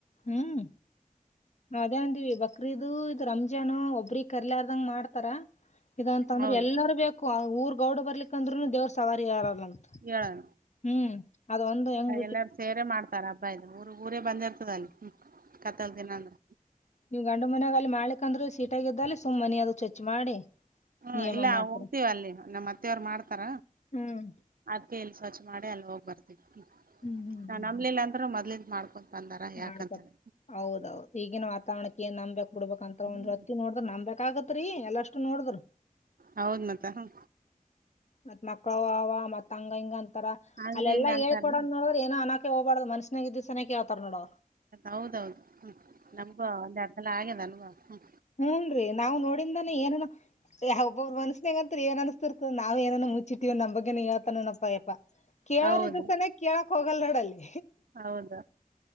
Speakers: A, on the left; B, on the right.
A: ಹ್ಮ್. ಅದೇ ಅಂದಿವವಿ ಬಕ್ರೀದು ಇದು ರಂಜಾಾನ ಒಬ್ಬ್ರಿಗೆ ಕರ್ಲಾರದಂಗ ಮಾಡ್ತಾರ. ಇ ಅಂತ ಅಂದ್ರೆ
B: ಹೌದ್
A: ಎಲ್ಲಾರ ಬೇಕು ಊರ್ ಗೌಡ್ ಬರ್ಲಿಕ್ಕಂದ್ರು ದೇವ್ರ ಸವಾರಿ ಯಾರಲ್ಲಂತ.
B: ಹೇಳೋಣ
A: ಹ್ಮ್ ಅದು ಒಂದು ಎಂಗ
B: ಎಲ್ಲಾರ ಸೇರೆೇ ಮಾಡ್ತಾರ ಹಬ್ಬ ಇದ್ ಊರ್ ಊರೇ ಬಂದಿರ್ತದ ಅಲ್ಲಿ ಹ್ಮ ಕತ್ತಲ ದಿನ ಅಂದ್ರ.
A: ನೀವು ಗಂಡು ಮನ್ಯಾಗ ಅಲ್ಲಿ ಮಾಡ್ಲಿಕ್ಂದ್ರರು ಸೀಟಾಗ್ದಲ್ಲಿ ಸುಮ್ಮ್ ಮನಿ ಅದು ಚೆಚ್ ಮಾಡಿ.
B: ಹ್ಮ
A: ನಿಯಮ
B: ಇಲ್ಲ
A: ಮಾಡ್ತಾರ
B: ಹೋಗ್ತೀವ ಅಲ್ಲಿ ನಮ್ಮ ಅತ್ತೆವರು ಮಾಡ್ತಾರ.
A: ಹ್ಮ್
B: ಅದ್ಕ ಎಲ್ಲಿ ಸ್ವಚ್ ಮಾಡಿ ಅಲ್ಲಿ ಹೋಗ್ ಬರ್ತವಿ
A: ಹ್ಮ್ ಹ್ಮ್ ಹ್ಮ್
B: ನ ನಮ್ಲಿ ಇಲ್ಲ ಅಂದ್ರರು ಮೊದ್ಲಿಂದ ಮಾಡ್ಕೊ ಬಂದಾರ ಯಾಕಂತ
A: ಮಾಡ್ತಾರ.
B: ಹೇಳ
A: ಹೌದೌದ್ ಈಗಿನ ವಾತಾವರಣಕ್ಕೆ ನ್ ನಂಬೆಕ್ ಬಿಡ್ಬಬೇಕಕ್ಂತ
B: ಹ್ಮ್
A: ಒ್ ರತ್ತ ನೋಡಿದ್ರ್ ನಂಬ್ಬೇಕಕ್ಗತ್ ರಿ ಎಲ್ಲಷ್ಟು ನೋಡದ್ರ್.
B: ಹೌದ ಮತ್ತ ಹ.
A: ಮತ್ತ್ ಮಕ್ಳ ಅವ ಮತ್ ಹಂಗ ಹಿಂಗ್ ಅಂತಾರ
B: ಹಂಗ
A: ಅಲ್ಲೆಲ್ಲಾ
B: ಹಿಂಗ ಅಂತಾರ್ರಿ
A: ಹೇಳ್ಕೊಡ ನೋಡ. ಏನ ಅನಾಕ ಹೋಗಬಾರ್ದ ಮಸ್ಸನಾಗ ಇದ್ ಸನಕ ಹಳ್ತಾರ ನೋಡ
B: ಹೌದೌದು ನಮ್ಗ ಒಂದ್ ಎರ್ಡು ಸಲ ಆಗ್ಯದ ಅನುಭವ ಹ್ಮ.
A: ಹ್ಮಞೂ ರೀ ನಾವು ನೋಡಿದಾನೇ ಏನ ಯ ಒಬ್ಬರು ಮನ್ಸ್ಸಬೇಕೇಗಂತರಿ ಏನ್ ಅನಿಸಸ್ತಿರ್ತ. ನಾವ್ ಏನನು ಮುಚ್ಚಿಟ್ಟಿವ ನಮ್ಗ್ಗೆನ ಹೇಳ್ತಾನಪ್ಪಯಪ್ಪಾ ಕೇಳೋರಿದ್ದ.
B: ಹೌದು
A: ಕೇಳಕ್ ಹೋಗಲ್ ನೋಡಲ್ಲಿ
B: ಹೌದ